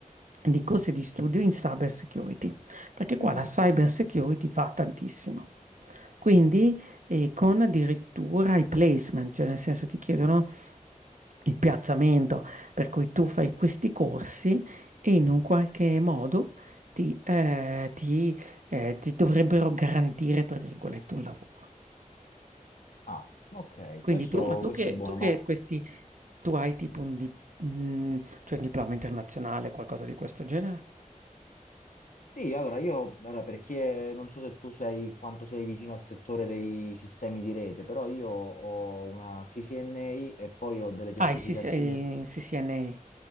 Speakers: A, on the right; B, on the left.
A: di corsi di studio in cyber security, perché qua
B: Mm,
A: la cyber security va tantissimo. Quindi, eh, con addirittura i placement, cioè nel senso ti chiedono il piazzamento, per cui tu fai questi corsi e in un qualche modo ti, eh, ti, eh, ti dovrebbero garantire, tra virgolette, un lavoro.
B: ah, ok,
A: Quindi
B: questo,
A: tu ma tu
B: questo
A: che
B: è buono,
A: tu che questi tu hai tipo
B: ma...
A: un di mhmm, cioè un diploma internazionale, qualcosa di questo genere?
B: Sì, allora io, allora, perché non so se tu sei quanto sei vicino al settore dei sistemi di rete, però io ho una CCNA e poi ho delle certificazioni.
A: Ah, il CC il CCNA,